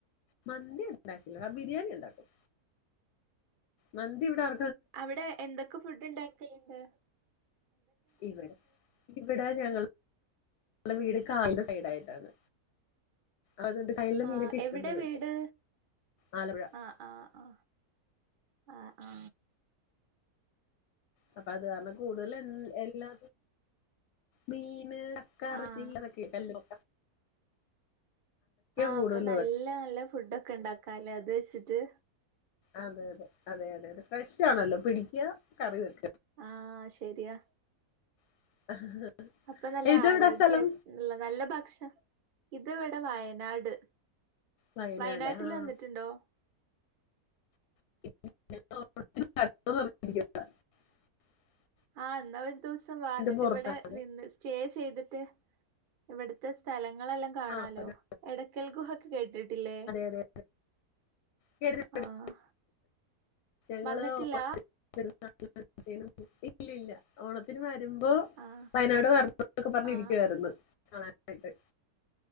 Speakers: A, on the left; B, on the right.
A: മന്തി ഉണ്ടാക്കില്ല ആ ബിരിയാണി ഉണ്ടാക്കും മന്തി ഇവിടെ ആ
B: അവിടെ എന്തൊക്കെ ഫുഡ് ഇണ്ടാക്കല്ണ്ട്
A: ഇവിടെ ഇവിടെ ഞങ്ങൾ വീട് കായലിന്റെ സൈഡ് ആയിട്ടാണ് അതുകൊണ്ട് കായലിലെ
B: ആ
A: മീനൊക്കെ ഇഷ്ടം
B: എവിടെ
A: പോലെ
B: വീട്
A: കിട്ടും ആലപ്പുഴ
B: ആ ആ ആ ആ ആ
A: അപ്പൊ അത് കാരണം കൂടുതൽ എ എല്ലാ മീൻ മീൻ കക്ക
B: ആഹ്
A: ഇറച്ചി കല്ലുമ്മ
B: ആ
A: കൂടുതൽ
B: അപ്പൊ നല്ല
A: ഇവിടെ
B: നല്ല ഫുഡ് ഒക്കെ ഉണ്ടാക്കല്ലേ അത് വെച്ചിട്ട്
A: അതെ അതെ അതെ അതെ അതെ ഫ്രഷ് ആണല്ലോ പിടിക്കുക കറി വെക്ക്
B: ആഹ് ശരിയാ
A: <inaudible>
B: അപ്പൊ നല്ല
A: ഇത്
B: ആരോഗ്യള്ള
A: എവിടാ സ്ഥലം
B: നല്ല ഭക്ഷ ഇത് ഇവിടെ വയനാട്
A: വയനാടല്ലേ
B: വയനാട്ടിൽ
A: ആഹ്
B: വന്നിട്ടുണ്ടോ
A: <unintelligible>
B: ആ എന്നാൽ ഒരു ദിവസം വാ എന്നിട്ട്
A: പുറത്താണ്
B: ഇവിടെ നിന്ന് സ്റ്റേ ചെയ്തി ട്ട് ഇവിടുത്തെ സ്ഥല ങ്ങളെല്ലാം കാണാലോ
A: ആഹ് അതെ
B: എടയ്ക്കൽ ഗുഹക്കെ കേട്ടിട്ടില്ലേ
A: അതെ കേട്ടിട്ടുണ്ട്
B: ആഹ്
A: <unintelligible> ഞങ്ങള്
B: വന്നിട്ടില്ല
A: <unintelligible> ഇല്ലല്ല ഓണത്തിന് മാ കുമ്പോ
B: ആഹ്
A: വയനാട് വറണൂ ന്നൊക്കെ പറഞ്ഞിരിക്കുവായിരുന്നു
B: ആഹ് ആഹ്
A: കാണാനായിട്ട്